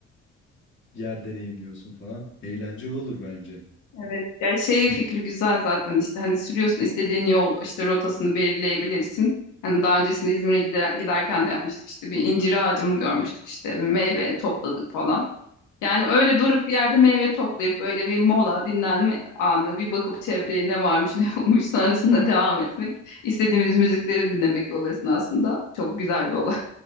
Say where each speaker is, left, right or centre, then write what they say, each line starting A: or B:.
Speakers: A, on the left (about 40°); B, on the left (about 85°).
A: yer deneyimliyorsun falan. Eğlenceli olur bence.
B: Evet. Yani şey fikri güzel zaten işte hani sürüyorsun istediğin yol işte rotasını belirleyebilirsin. Hani daha öncesinde İzmir'e gider, giderken de yapmıştık işte bir incir ağacı mı görmüştük işte bir meyve topladık falan. Yani öyle durup bir yerde meyve toplayıp böyle bir mola dinlenme anı bir bakıp çevreye ne varmış <laughs> ne yokmuş sonrasında devam etmek. istediğimiz müzikleri dinlemek yol esnasında çok güzel bir olay.